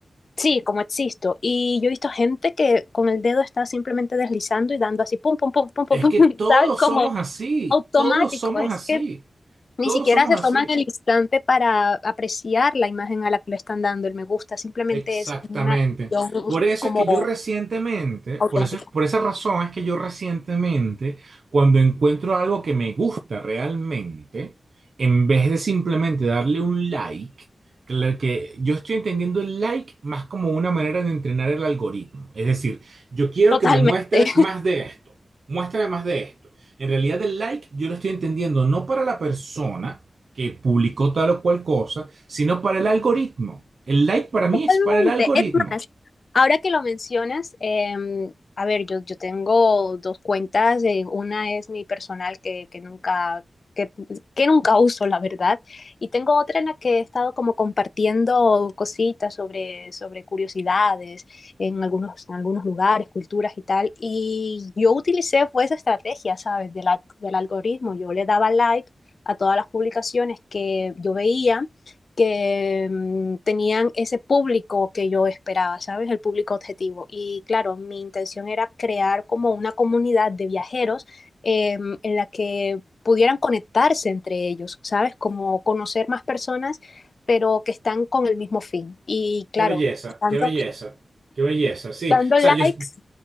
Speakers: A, on the left; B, on the right.
A: sí, como existo, y yo he visto gente que con el dedo está simplemente deslizando y dando así, pum, pum, pum, pum, pum,
B: Es
A: pum,
B: que todos
A: <laughs> ¿sabes? Como
B: somos así,
A: automático,
B: todos somos
A: es
B: así,
A: que ni
B: todos
A: siquiera
B: somos
A: se
B: así.
A: toman el instante para apreciar la imagen a la que le están dando el me gusta, simplemente
B: Exactamente.
A: es una reacción
B: Por eso
A: como
B: es que yo recientemente,
A: automática,
B: por eso, por esa razón es que yo recientemente, cuando encuentro algo que me gusta realmente, en vez de simplemente darle un like, que lo que yo estoy entendiendo el like más como una manera de entrenar el algoritmo. Es decir, yo quiero
A: totalmente.
B: que me muestres más de esto, muéstrame más de esto. En realidad el like yo lo estoy entendiendo no para la persona, que publicó tal o cual cosa, sino para el algoritmo. El like para mí
A: Totalmente.
B: es para el algoritmo.
A: Es más, ahora que lo mencionas, em, a ver, yo, yo tengo dos cuentas. eh, una es mi personal que, que nunca, que, que nunca uso, la verdad. Y tengo otra en la que he estado como compartiendo cositas sobre, sobre curiosidades en algunos, en algunos lugares, culturas y tal. Y yo utilicé fue esa estrategia, ¿sabes? Del, al- del algoritmo. Yo le daba like a todas las publicaciones que yo veía que mmm, tenían ese público que yo esperaba, ¿sabes? El público objetivo. Y claro, mi intención era crear como una comunidad de viajeros eh, en la que pudieran conectarse entre ellos, ¿sabes? Como conocer más personas, pero que están con el mismo fin. Y claro,
B: Qué belleza,
A: dando,
B: qué belleza, qué belleza. Sí,
A: dando
B: o sea,
A: likes,
B: yo